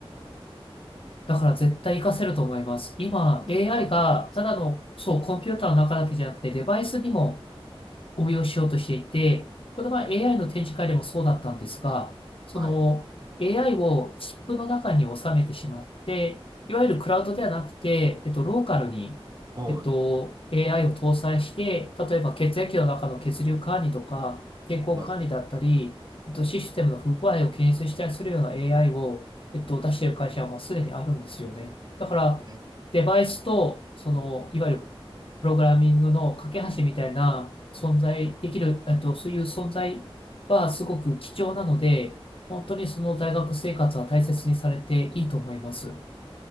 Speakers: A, on the left; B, on the right.
A: だから絶対活かせると思います。今
B: この幅は広くありますね。
A: AI がただの、そう、コンピューターの中だけじゃなくてデバイスにも応用しようとしていて、この前
B: はい。
A: AI の展示会でもそうだったんですが、その
B: はい。
A: AI をチップの中に収めてしまって、いわゆるクラウドではなくて、えっと、ローカルに、
B: おう。
A: えっと、AI を搭載して、例えば血液の中の血流管理とか、健康管理だったり、
B: はい。
A: えっと、システムの不具合を検出したりするような AI を、えっと、出している会社はもうすでにあるんですよね。だから、
B: え、ありがと
A: デバイスと、その、いわゆるプログラミングの架け橋みたいな存在できる、えっと、そういう存在はすごく貴重なので、本当にその大学生活は大切にされていいと思います。